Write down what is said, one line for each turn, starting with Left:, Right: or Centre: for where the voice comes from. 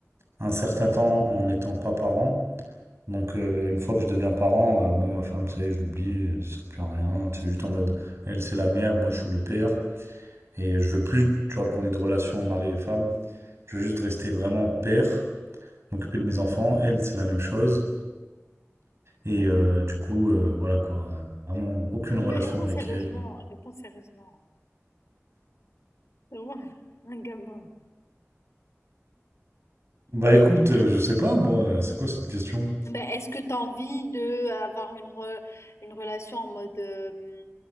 Right: un certain temps en n'étant pas parent. Donc euh, une fois que je deviens parent, euh, moi ma femme, ça y est, je l'oublie, euh, ça sert plus à rien. C'est juste en mode, elle c'est la mère, moi je suis le père. Et je veux plus, tu vois, qu'on ait de relation mari et femme. Je veux juste rester vraiment père, m'occuper de mes enfants. Elle, c'est la même chose. Et euh, du coup, euh, voilà quoi. Vraiment aucune
Left: Non,
Right: relation
Left: Mais réponds
Right: avec
Left: sérieusement,
Right: elle.
Left: réponds sérieusement. C'est Vraiment, <laughs> un gamin.
Right: Bah écoute, euh, je sais pas moi, euh, c'est quoi cette question?
Left: Ben, est-ce que tu as envie de avoir une, re- une relation en mode... euh,